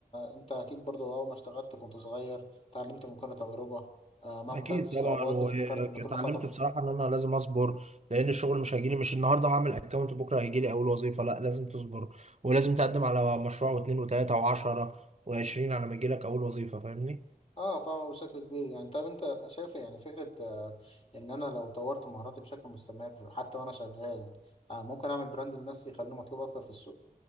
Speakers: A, on the left (about 40°); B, on the right (about 45°).
A: انت اكيد برضه اول ما اشتغلت كنت صغير اتعلمت من كل تجربة آه مهما
B: اكيد
A: كانت الصعوبات
B: طبعا واتعلمت
A: افتكرت ان كل خطوة
B: بصراحه ان انا لازم اصبر لان الشغل مش هيجيلي مش النهارده هعمل اكونت بكره هيجيلي اول وظيفه لا لازم تصبر ولازم تقدم على مشروع واثنين وثلاثه وعشرة وعشرين على ما يجيلك اول وظيفه فاهمني
A: اه طبعا بشكل كبير يعني طب انت شايف يعني فكرة آه، ان انا لو طورت مهاراتي بشكل مستمر حتى وانا شغال آه ممكن اعمل براند لنفسي يخليني مطلوب اكتر في السوق